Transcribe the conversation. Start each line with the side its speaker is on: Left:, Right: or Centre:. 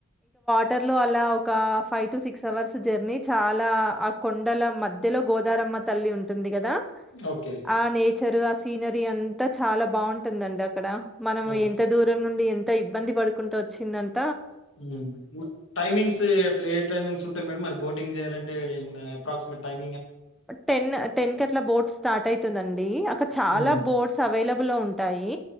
Centre: వాటర్ లో అలా ఒక five to six hours journey చాలా ఆ కొండల మధ్యలో గోదారమ్మ తల్లి ఉంటుంది కదా
Left: ఓకే.
Centre: ఆ నేచరు ఆ సీనరీ అంతా చాలా బాగుంటుందండి అక్కడ మనం
Left: ఓకే.
Centre: ఎంత దూరం నుండి ఎన్ త ఇబ్బంది పడుకుంటా వచ్చిందన్
Left: ఉమ్ టైమింగ్స్ ఎట్లా ఏ టైమింగ్స్ ఉంటాయి మేడంమ్ మరి బోటింగ్ చేయాలం టె అప్రాక్సిమేట్ టైమ్
Centre: టెన్ టెన్ కట్లా బోట్స్ స్టార్ట్ అయ్ తదండి డీ అక్కడ చాలా
Left: హ్మ్.
Centre: బోట్స్ అవైలబ్లో ఉంటాయి